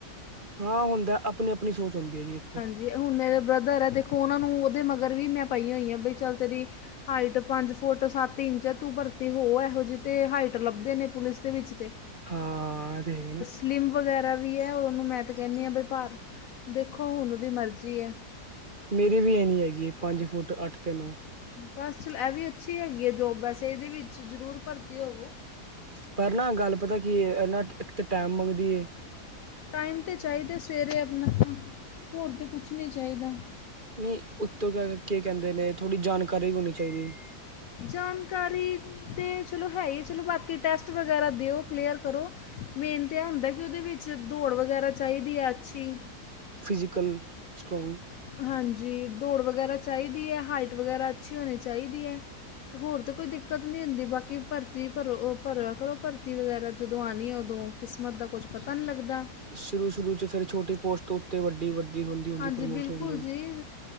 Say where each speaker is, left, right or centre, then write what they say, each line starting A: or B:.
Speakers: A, on the right; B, on the left.
A: ਹਾਂ ਹੁੰਦਾ ਐ, ਆਪਣੀਂ -ਆਪਣੀਂ ਸੋਚ ਹੁੰਦੀ ਐ ਜੀ ਵੇਖੋ।
B: ਜੇ ਹੁਣ ਮੇਰੇ ਬ੍ਰਦਰ ਐ ਦੇਖੋਂ ਉਹਨਾਂ ਨੂੰ ਉਹਦੇ ਮਗਰ ਵੀ ਮੈਂ ਪਈ ਹੋਈ ਆਂ, ਬਈ ਚੱਲ ਤੇਰੀ ਹਾਈਟ ਪੰਜ ਫੁੱਟ ਸੱਤ ਇੰਚ ਐ, ਤੂੰ ਭਰਤੀ ਹੋ ਐਹੋ ਜਿਹੀ ਤੇ ਹਾਈਟ ਲੱਭਦੇ ਨੇਂ ਪੁਲਿਸ ਦੇ ਵਿੱਚ ਤੇ
A: ਹਾਂ ਐਹ ਤੇ ਹੈਗੇ ਨੇਂ।
B: ਸਲਿੱਮ ਵਗ਼ੈਰਾ ਵੀ ਐ, ਔਰ ਉਹਨੂੰ ਮੈਂ ਤਾਂ ਕਹਿੰਨੀ ਆ ਬਈ ਭਾਰ ਦੇਖੋਂ ਹੁਣ ਉਹਦੀ ਮਰਜ਼ੀ ਐ।।
A: ਮੇਰੀ ਵੀ ਏਨੀ ਹੈਗੀ ਏ ਪੰਜ ਫੁੱਟ ਅੱਠ ਤੇ ਨੌਂ।
B: ਬਸ ਚਲੋਂ ਐਹ ਵੀ ਅੱਛੀ ਹੈਗੀ ਐ ਜੋਬ ਵੈਸੇ ਇਹਦੇ ਵਿੱਚ ਜ਼ਰੂਰ ਭਰਤੀ ਹੋਵੋਂ।
A: ਪਰ ਨਾ ਗੱਲ ਪਤਾ ਕੀ ਐ, ਇਹ ਨਾ ਇੱਕ ਤਾਂ ਟੈਮ ਮੰਗਦੀ ਏ।
B: ਟਾਇਮ ਤੇ ਚਾਹੀਂਦਾ ਸਵੇਰੇ ਆਪਣਾਂ, ਹੋਰ ਤੇ ਕੁੱਛ ਨੀਂ ਚਾਹੀਂਦਾ।
A: ਨਹੀਂ ਉੱਤੋਂ ਕ ਕੀ ਕਹਿੰਦੇ ਨੇ ਥੋੜ੍ਹੀ ਜਾਣਕਾਰੀ ਹੋਣੀ ਚਾਹੀਦੀ ਏ।
B: ਜਾਣਕਾਰੀ ਤਾਂ ਚਲੋ ਹੈ ਈ, ਚਲੋਂ ਬਾਂਕੀ ਟੈਸਟ ਵਗ਼ੈਰਾ ਦਿਓ ਕਲੀਅਰ ਕਰੋਂ। ਮੇਨ ਤਾਂ ਐਹ ਹੁੰਦਾਂ ਕਿ ਉਹਦੇ ਵਿੱਚ ਦੌੜ ਵਗ਼ੈਰਾ ਚਾਹੀਂਦੀ ਐ ਅੱਛੀ
A: ਫਿਜ਼ੀਕਲ ਸਟਰ੍ਰੋਂਗ।
B: ਹਾਂਜੀ ਦੌੜ ਵਗ਼ੈਰਾ ਚਾਹੀਂਦੀ ਐ, ਹਾਈਟ ਵਗ਼ੈਰਾ ਅੱਛੀ ਹੋਣੀ ਚਾਹੀਂਦੀ ਐ। ਤੇ ਹੋਰ ਤੇ ਕੋਈ ਦਿੱਕਤ ਨੀਂ ਹੁੰਦੀਂ ਬਾਂਕੀ ਭਰਤੀ ਭਰੋ ਉਹ ਭਰਿਆ ਕਰੋ ਭਰਤੀ ਵਗ਼ੈਰਾ। ਜਦੋਂ ਆਣੀ ਆ, ਉਦੋਂ ਕਿਸ਼ਮਤ ਦਾ ਕੁੱਛ ਪਤਾਂ ਨੀ ਲੱਗਦਾ।
A: ਸ਼ੁਰੂ- ਸ਼ੁਰੂ 'ਚ ਫ਼ਿਰ ਛੋਟੀ ਪੋਸਟ ਤੋਂ ਉੱਤੇ ਵੱਡੀ- ਵੱਡੀ ਹੁੰਦੀਂ -ਹੁੰਦੀਂ
B: ਹਾਂਜੀ
A: ਪ੍ਰਮੋਸ਼ਨ
B: ਬਿਲਕੁਲ
A: ਹੁੰਦੀ -ਹੁੰਦੀ
B: ਜੀ
A: ਫਿਰ